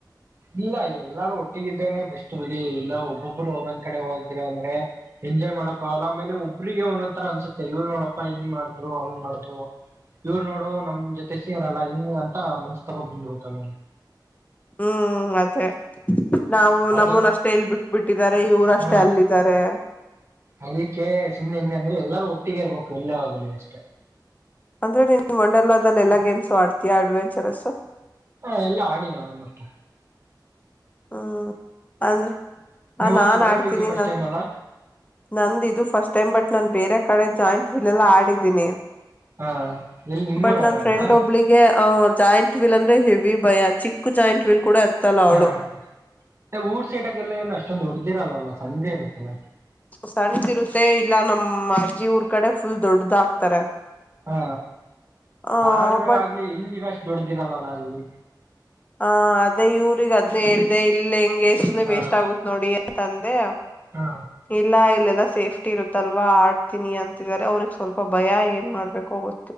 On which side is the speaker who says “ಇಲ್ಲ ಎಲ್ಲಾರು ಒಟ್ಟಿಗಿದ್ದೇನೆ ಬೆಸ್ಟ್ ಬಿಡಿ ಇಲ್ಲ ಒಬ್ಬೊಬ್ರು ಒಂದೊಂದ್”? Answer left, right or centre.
Right